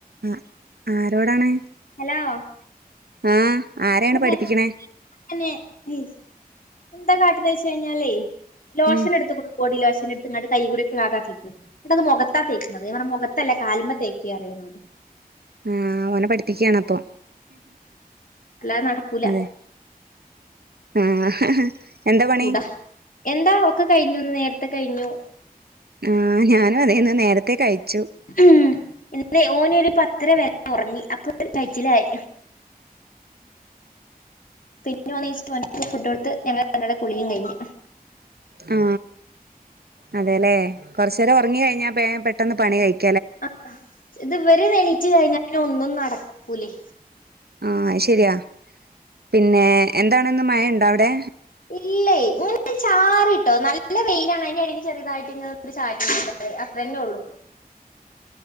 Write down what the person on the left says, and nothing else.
ഹലോ
<inaudible>
എന്താ കാട്ടണേ എന്നു വച്ചു കഴിഞ്ഞാലേ ലോഷന്
എടുത്ത് കൊടു കോടി ലോഷൻ എടു ങ്ങാട്ട കൈകൂട ഒക്കെ തേക്കുന്നത് കേട്ട അത് മുഖത്താ തേക്കുന്നത് നമ്മുടെ മുഖത്തല്ല കാലുമേല തേക്ക് പറയും
അല്ലാതെ നടക്കൂല
കൂടാ എന്താ ഒക്കെ കഴിഞ്ഞുന്ന് നേരത്തെ കഴിഞ്ഞു
ഉ ഇ ഓനൊരു പത്തര വരെ ഉറങ്ങി അപ്പോ കയ്ച്ചിലായി പിന്നെ വന്നച്ചിട്ട് ഫുഡ്‌കൊ കൊടുത്ത് ഞങ്ങള രണ്ടാടെ കുളിയും കഴിഞ്ഞു
ആ ഇതു വരെ എണീറ്റ് കഴിഞ്ഞാൽ പിന്നെ ഒന്നും നടക്കൂലേ
ഇല്ല ഇങ്ങന ചാറിട്ടോ നല്ല വെയിലാണ് അതിന്റെ ഇടക്ക് ചെറിയതായിട്ട് ഇ ങ്ങനെ ചാറ്റൽ മഴയാ അത്ര തന്നെ ഉള്ളു